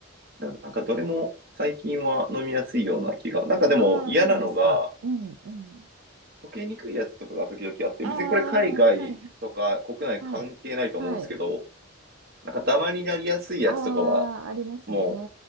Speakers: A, on the right (about 50°); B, on the right (about 85°).
A: でもなんかどれも最近は飲みやすいような気が。なんかでも嫌なのが、
B: ああ、そうですか。うんうん。
A: 溶けにくいやつとかが時々あって、
B: ああ、
A: 別にこれ海外とか国内関係ないと思うんですけど、
B: はい、はい、はい。
A: なんかダマになりやすいやつとかは、
B: ああ、ありますね。
A: もう